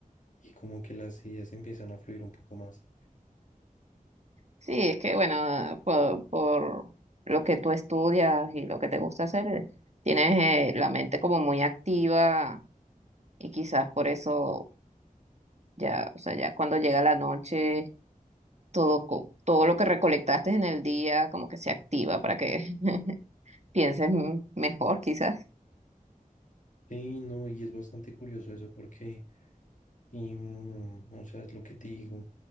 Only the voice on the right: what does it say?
Sí, es que bueno, por, por lo que tú estudias y lo que te gusta hacer, eh, tienes eh, la mente como muy activa y quizás por eso ya, o sea, ya cuando llega la noche, todo, co- todo lo que recolectaste en el día como que se activa para que <laughs> pienses m- mejor quizás.